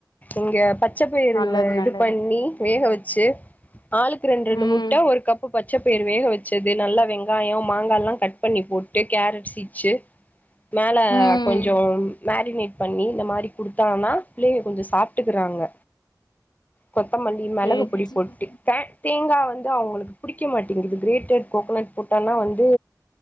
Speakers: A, on the left; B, on the left.
A: இங்க பச் பச்ச பயிரு
B: நல்லது
A: இது
B: நல்லது
A: பண்ணி வேக வெச்சு ஆளுக்கு ரெண்டு ரெண்டு
B: ம்
A: முட்ட ஒரு கப்பு பச்ச பயிறு வேக வெச்சது நல்லா வெங்காயோ மாங்கால்லா கட் பண்ணி போட்டு கேரட் சீச்சி மேல
B: ம்
A: கொஞ்சோம் மேரினேட் பண்ணி இந்த மாரி குடுத்தான்னா பிள்ளைங்க கொஞ்சோ சாப்ட்டுக்கறாங்க கொத்தமல்லி மெளகு
B: சேரி
A: பொடி போட்டுதே தேங்கா வந்து அவுங்களுக்கு புடிக்க மாட்டேங்குது க்ரேடேட் கோக்கனட் போட்டனா வந்து